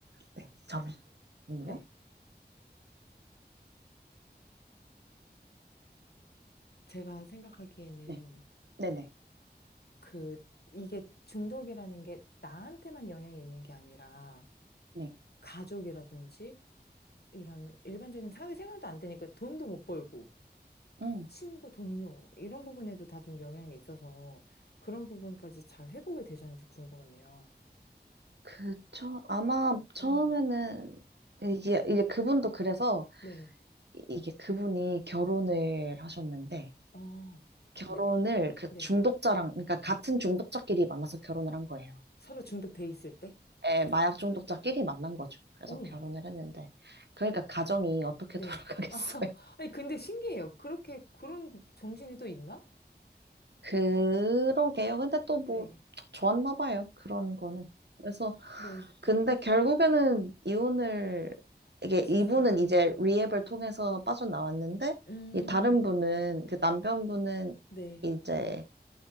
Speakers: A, on the right; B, on the left.
A: 네, 잠시만요.
B: 네. 제가 생각하기에는
A: 네, 네네.
B: 그, 이게 중독이라는 게 나한테만 영향이 있는 게 아니라
A: 네.
B: 가족이라든지 이런 일반적인 사회생활도 안 되니까 돈도 못 벌고
A: 음,
B: 친구, 동료, 이런 부분에도 다 좀 영향이 있어서 그런 부분까지 잘 회복이 되셨는지 궁금하네요.
A: 그, 처, 아마 처음에는,
B: 음,
A: 이게, 이제 그분도 그래서,
B: 네.
A: 이- 이게 그분이 결혼을 하셨는데,
B: 어,
A: 결혼을
B: 네,
A: 그
B: 네.
A: 중독자랑, 그러니까 같은 중독자끼리 만나서 결혼을 한 거예요.
B: 서로 중독돼 있을 때?
A: 예, 마약 중독자끼리 만난 거죠. 그래서
B: 어머,
A: 결혼을 했는데, 그러니까 가정이 어떻게
B: 네.
A: <laughs> 돌아가겠어.
B: 아, <laughs> 아니, 근데 신기해요. 그렇게, 그런 정신이 또 있나?
A: 그러게요. 근데 또 뭐,
B: 네.
A: 좋았나 봐요. 그런 거는. 그래서,
B: 네.
A: 근데 결국에는 이혼을, 이게
B: 하셨어요?
A: 이분은 이제 리앱을 통해서 빠져나왔는데,
B: 음,
A: 이 다른 분은, 그 남편분은
B: 네.
A: 이제